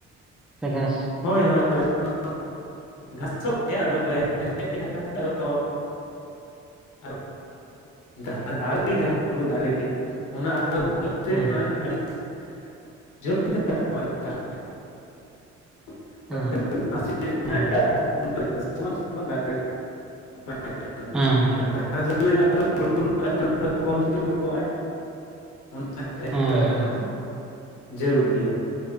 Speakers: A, in the centre; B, on the left (about 80°).
A: <unintelligible>
B: ᱦᱳᱭ ᱦᱳᱭ <unintelligible> ᱜᱷᱟᱥᱚᱜ ᱜᱮᱭᱟ ᱟᱫᱚᱞᱮ <unintelligible> ᱟᱨ ᱡᱟᱦᱟᱸ ᱫᱟᱨᱮ ᱡᱟᱦᱟᱸ ᱦᱩᱲᱩ ᱫᱟᱨᱮ ᱚᱱᱟ <unintelligible>
A: ᱦᱮᱸ
B: <unintelligible> <unintelligible> <unintelligible>
A: ᱦᱮᱸ ᱦᱮᱸ ᱦᱮᱸ ᱦᱮᱸ ᱦᱮᱸ
B: ᱡᱟᱹᱨᱩᱲ ᱜᱮᱭᱟ